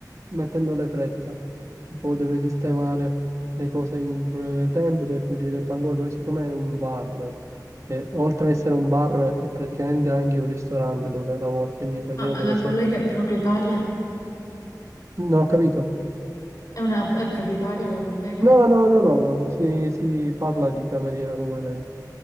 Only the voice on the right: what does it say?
mettendole fretta, tipo deve sistemare le cose in breve tempo, deve pulire il bancone, così come è un bar. E oltre ad essere un bar, è praticamente anche un ristorante dove lavora, quindi praticamente
la sera.
No, ho capito.
No, no, no, no, no, Si, si parla di cameriera come lei.